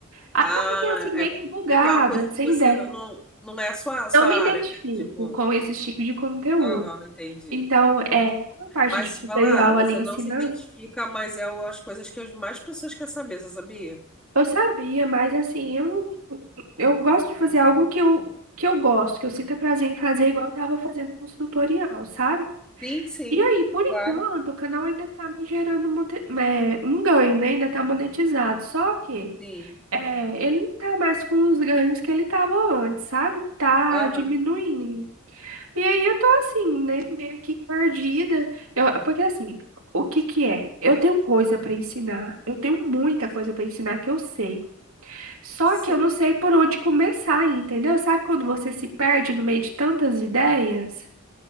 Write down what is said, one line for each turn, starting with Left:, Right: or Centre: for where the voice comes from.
Right: Aí
Centre: Ah,
Right: eu fiquei assim, meio
Centre: é,
Right: que bugada,
Centre: é porque é uma coisa que
Right: sem
Centre: você
Right: ideia.
Centre: não, não não é a sua, a sua
Right: Não me
Centre: área,
Right: identifico
Centre: né? Tipo,
Right: com esse tipo de conteúdo.
Centre: aham, entendi.
Right: Então, é, com a parte
Centre: Mas
Right: de tutorial
Centre: te falar, você
Right: ali ensinando,
Centre: não se identifica, mas é o- as coisas que as mais pessoas querem saber, você sabia?
Right: eu sabia, mas assim, eu, eu gosto de fazer algo que eu, que eu gosto, que eu sinta prazer em fazer, igual eu tava fazendo com o tutorial, sabe?
Centre: Sim, sim.
Right: E aí, por enquanto,
Centre: Claro.
Right: o canal ainda tá me gerando monte- é, um ganho, né? Ainda tá monetizado. Só que
Centre: Sim.
Right: é, ele não tá mais com os ganhos que ele tava antes, sabe? Tá
Centre: Aham.
Right: diminuindo. E aí eu tô assim, né, meio que perdida. Eu, porque assim, o que que é? Eu tenho coisa pra ensinar, eu tenho muita coisa pra ensinar que eu sei. Só
Centre: Se-
Right: que eu não sei por onde começar, entendeu? Sabe quando você se perde no meio de tantas ideias?